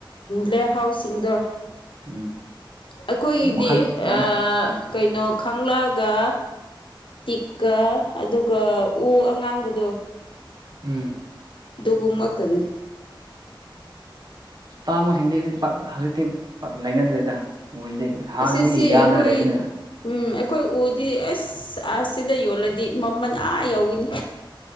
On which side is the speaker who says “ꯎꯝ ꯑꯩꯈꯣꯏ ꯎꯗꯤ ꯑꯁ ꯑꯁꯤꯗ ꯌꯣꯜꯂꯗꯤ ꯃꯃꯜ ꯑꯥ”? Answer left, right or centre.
Left